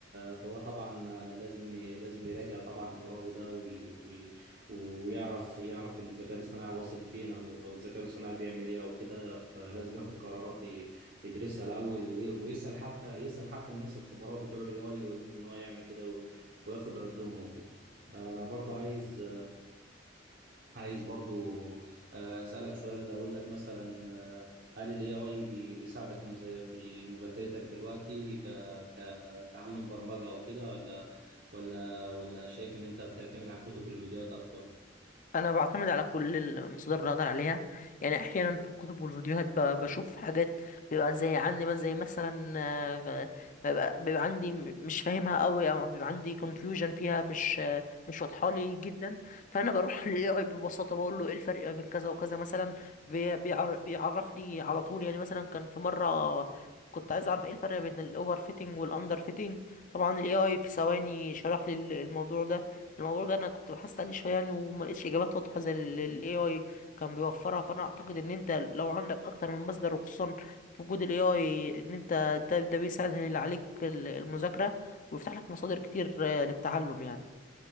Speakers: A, on the right; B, on the left.
A: فهو طبعا آه، لازم ي- لازم يراجع طبعا قراره ده وي- وي- ويعرف يعرف الذكاء الاصطناعي واصل فين او او الذكاء الاصطناعي بيعمل ايه او كده فلازم ياخد قرارات ي- يدرسها الاول وي- ويسال حتى يسال حتى الناس الخبراء بتوع الاي اي ويقول لهم ان هو يعمل كده و- وياخد ردهم او كده انا برضو عايز عايز برضو آه، اسالك سؤال اقول لك مثلا آه، هل الاي اي بيساعدك مز- في مذاكرتك دلوقتي ك- كتعلم برمجة او كده ولا ولا ولا شايف ان انت بتعتمد على الكتب والفيديوهات اكتر
B: انا بعتمد على كل المصادر اللي اقدر عليها يعني احيانا في الكتب والفيديوهات ب- بشوف حاجات بيبقى زي عندي مثلا زي مثلا آه، بيبقى, بيبقى عندي م- مش فاهمها قوي او بيبقى عندي confusion فيها مش آه، مش واضحه لي جدا فانا بروح <laughs> للاي اي ببساطه بقول له ايه الفرق بين كذا وكذا مثلا بي- بيعر- بيعرفني على طول يعني مثلا كان في مره كنت عايز اعرف ايه الفرق بين الاوفر فيتنج والاندر فيتنج طبعا الاي اي في ثواني شرح لي الموضوع ده الموضوع ده انا كنت بحثت عليه شويه يعني وما لقيتش اجابات واضحه زي اللي الاي اي كان بيوفرها فانا اعتقد ان انت لو عندك اكتر من مصدر وخصوصا في وجود الاي اي ان انت ده ده بيسهل عليك ال- المذاكره ويفتح لك مصادر كتير آه، للتعلم يعني